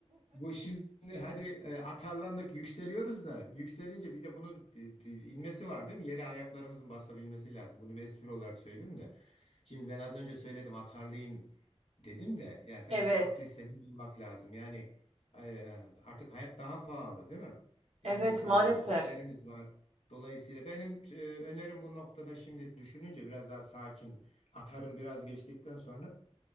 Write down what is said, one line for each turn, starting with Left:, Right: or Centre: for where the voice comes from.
Left: Bu şimdi hadi e, atarlandık yükseliyoruz da yükselince bir de bunun e, e, inmesi var değil mi? Yere ayaklarımızın basabilmesi lazım. Bunu bir espri olarak söylüyorum da. Şimdi ben az önce söyledim atarlayayım dedim de yani tabii
Right: Evet.
Left: ki aklı selim bulmak lazım. Yani e, e, artık hayat daha pahalı değil mi? Yani
Right: Evet
Left: e,
Right: maalesef.
Left: giderlerimiz var. Dolayısıyla benim e, önerim bu noktada şimdi düşününce biraz daha sakin atarım biraz geçtikten sonra